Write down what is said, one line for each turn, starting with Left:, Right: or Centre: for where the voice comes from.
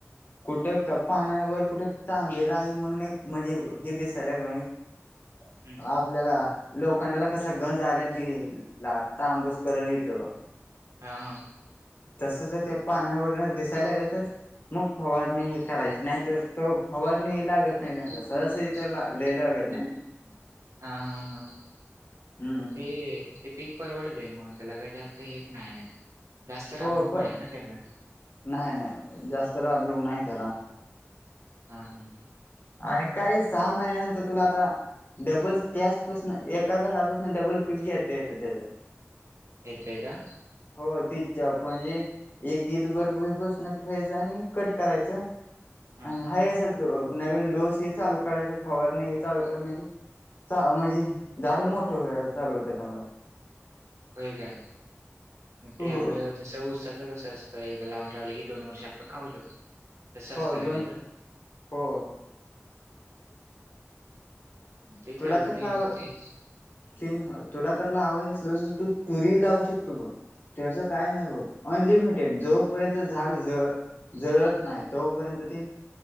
Left: कुठं क पानावर कुठं तांबेरा ही म्हणून एक म्हजी, हे दिसायला लागलं म्हजी <unintelligible>
Right: हम्म
Left: आपल्याला लोखंडाला कसा गंज आला, आन ती तांबूस कलर येतो.
Right: हा.
Left: तस तर ते पानांवरन दिसाय लागलं तर मग फवारणी हे करायची नाही तर तो फवारणी लागत.
Right: हा
Left: नाही त्यांना सहजसहजी तर लय
Right: हा
Left: लागत नाही.
Right: हा,
Left: हम्म
Right: म ते. पीक परवडते मग त्याला काही जास्त हेच नाय जास्त राबवून
Left: हो प
Right: नाही ना त्याला.
Left: नाही नाही जास्त राबलोग नाही त्याला.
Right: हा मी,
Left: आणि काय सहा महिन्यानंतर तुला आता. डबल त्याचपासून एका झाडापासून डबल पीक घेता येतं त्याच.
Right: येतय का,
Left: हो तीचछ म्हणजे. एक ईदभर भईपसून ठेवायचं आणि कट करायचं
Right: हा
Left: आणि हाय असं गो ''--'' नवीन डोस ही चालू करायच फवारणी ह चाल करा म्हणजे. हा, मजी झाड मोठं होया झालंत तव्ह.
Right: व्हय काय
Left: हो.
Right: ते आपलं. जसं उसाचं कसं असतंय एकदा लावून लावले की दोन वर्ष आपण खाऊ शकतो. तसं
Left: हो
Right: असतं का
Left: दोन
Right: त्याझं?
Left: हो
Right: ते
Left: तुला
Right: चालतंय
Left: तर लाव
Right: मग ते.
Left: तीन तुला तर ला आवायज असल तू चुरी लावू शकतो बघ. त्याचं काय नाही बघ अनलिमिटेड जोपर्यंत झाड जळ''--'' जळत नाही तोपर्यंत ते